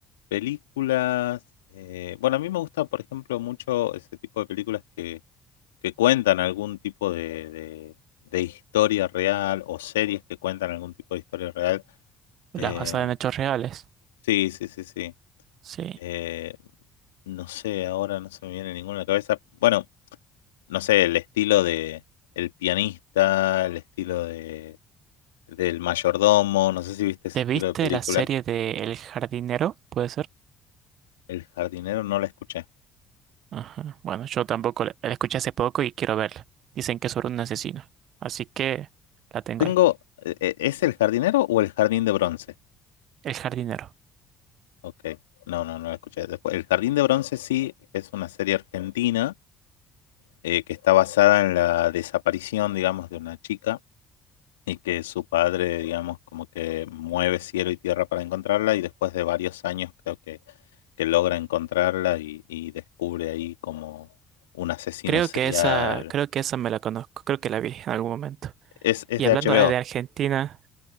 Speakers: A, on the left (about 75°); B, on the right (about 50°).
A: películas. eh, bueno, a mí me gusta, por ejemplo, mucho ese tipo de películas que que cuentan algún tipo de, de- de historia real o series que cuentan algún tipo de historia real.
B: las
A: Eh,
B: basadas en hechos reales.
A: sí, sí, sí, sí.
B: Sí.
A: Eh, no sé, ahora no se me viene ninguna a la cabeza. Bueno, no sé, el estilo de El pianista, el estilo de del mayordomo, no sé si viste ese
B: ¿Te
A: estilo
B: viste
A: de película.
B: la serie de El jardinero? ¿Puede ser?
A: El jardinero no la escuché.
B: Ajá. Bueno, yo tampoco la, la escuché hace poco y quiero verla. Dicen que es sobre un asesino. Así que la tengo
A: Tengo,
B: ahí.
A: eh, eh, ¿es el jardinero o el jardín de bronce?
B: El jardinero.
A: Ok, no, no, no la escuché. Después, el jardín de bronce sí es una serie argentina eh, que está basada en la desaparición, digamos, de una chica y que su padre, digamos, como que mueve cielo y tierra para encontrarla y después de varios años creo que, que logra encontrarla y, y descubre ahí como un asesino
B: Creo
A: serial.
B: que esa, creo que esa me la conozco. Creo que la vi en algún momento.
A: Es, es
B: Y
A: de
B: hablando
A: HBO.
B: de de Argentina,